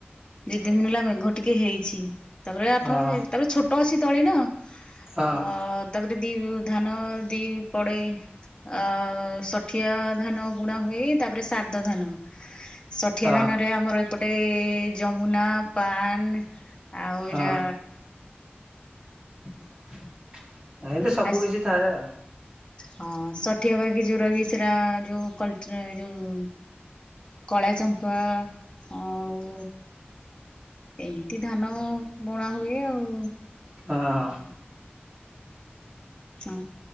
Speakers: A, on the left; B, on the right.
A: ଦି ତିନି ଦିନ ହେଲା ମେଘ ଟିକେ ହେଇଛି। ତାପରେ ଆଠ
B: ହଁ
A: ତାପରେ ଛୋଟ ଅଛି ତଳି ନା।
B: ହଁ
A: ଅ, ତାପରେ ଦି ଧାନ ଦି ପଡେ ଅ, ଷଠିଆ ଧାନ ବୁଣା ହୁଏ। ତାପରେ ସେ ଶାରଦ ଧାନ ଷଠିଆ
B: ହଁ
A: ଧାନ ରେ ଆମର ଏପଟେ ଯମୁନା, ପାନ୍ ଆଉ
B: ହଁ
A: ଏରା
B: ଏମତି ତ ସବୁ
A: ଆସ୍
B: କିଛି ଥାଏ ଆ,।
A: ହଁ ଷଠିଆ ବାକି ଯୋଉରା ବି ସେରା ଯୋଉ କୋଲଟ୍ରେ ଏ ଯୋଉ କଳା ଚମ୍ପା ଆଉ ଏମିତି ଧାନ ବୁଣା ହୁଏ ଆଉ।
B: ହଁ, ହଁ।
A: ହଁ।